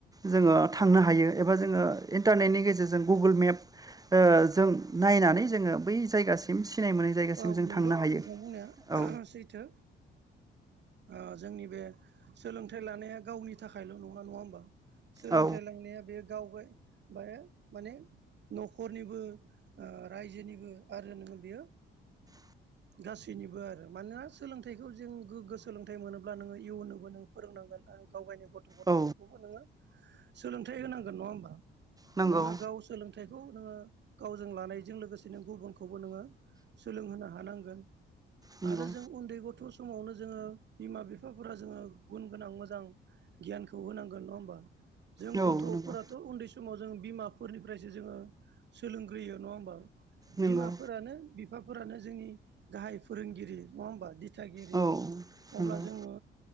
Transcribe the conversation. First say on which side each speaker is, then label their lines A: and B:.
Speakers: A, on the right; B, on the right.
A: जोङो थांनो हायो एबा जोङो इन्टारनेटनि गेजेरजों गुगोल मेप ओ जों नायनानै जोङो बै जायगासि हिम सिनाय मोनै जायगासिम
B: औ
A: जों
B: नंगौ
A: थांनो हायो
B: नोंथां बुंनाया
A: औ
B: <unintelligible> सैथो आ जोंनि बे सोलोंथाइ लानाया गावनि थाखायल' नङा नङा होमबा सोलोंथाइ
A: औ
B: लांनाया बेयो गावगाय बे माने न'खरनिबो ओ रायजोनिबो आरो नोङो बियो
A: <inaudible>
B: गासैनिबो आरो मानोना सोलोंथाइखौ जों गोग्गो सोलोंथाइ मोनोब्ला नोङो इयुनावबो नों फोरोंनांगोन आरो गाव गायनो गथ' गथफोरखौबो
A: औ
B: नोङो सोलोंथाय होनांगोन नङा हबा
A: नंगौ
B: नोङ गाव सोलोंथाइखौ नोङो गावजों लानायजों लोगोसेनो गुबुनखौबो नोङो सोलोंहोनो हानांगोन
A: नंगौ
B: आरो जों उन्दै गथ' समावनो जोङो बिमा बिफाफोरा जोङो गुन गोनां मोजां गियानखौ होनांगोन नङा होमबा? जों
A: औ
B: गथ'फोराथ'
A: नंगौ
B: उन्दै स समाव जों बिमाफोरनिफ्रायसो जोङो सोलोंग्रोयो नङा होमबा
A: नंगौ
B: बिमाफोरानो बिफाफोरानो जोंनि गाहाय फोरोंगिरि नङा होमबा? दि दिथागिरि
A: औ नंगौ
B: अब्ला जोङो